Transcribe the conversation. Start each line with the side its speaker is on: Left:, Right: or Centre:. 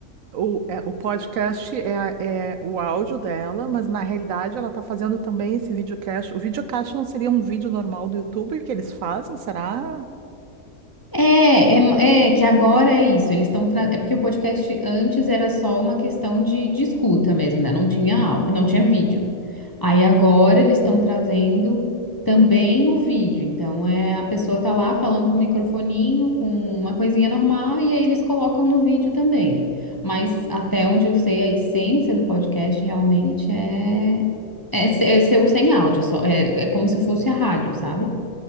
Right: O, é, o podcast é, é o áudio dela, mas na realidade ela está fazendo também esse videocast. O videocast não seria um vídeo normal do YouTube que eles fazem, será?
Left: É, é, é que agora é isso. Eles estão tra... é porque o podcast antes era só uma questão de, de escuta mesmo, né? Não tinha áudio, não tinha vídeo. Aí agora eles estão trazendo também o vídeo. Então é a pessoa tá lá falando com o microfoninho, com uma coisinha normal e aí eles colocam no vídeo também. Mas até onde eu sei, a essência do podcast realmente é é, ser é ser o sem áudio, é só é é como se fosse a rádio, sabe?